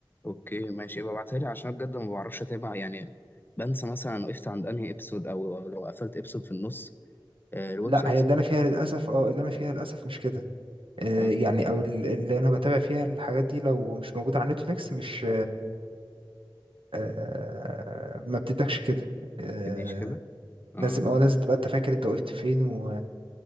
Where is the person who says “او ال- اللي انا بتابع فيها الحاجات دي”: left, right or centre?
Right